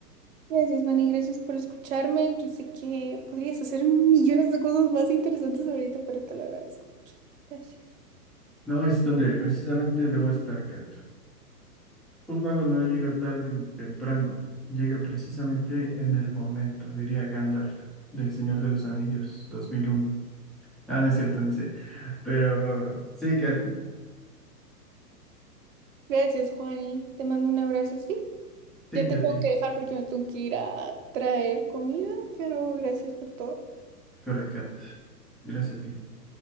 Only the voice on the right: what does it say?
Gracias, Juan, y gracias por escucharme. Yo sé que podrías hacer millones de cosas más interesantes ahorita, pero te lo agradezco mucho. Gracias.
Gracias, Juani. Te mando un abrazo, ¿sí?
Ya te
tengo
que dejar porque me tengo que ir a traer comida, pero gracias por todo.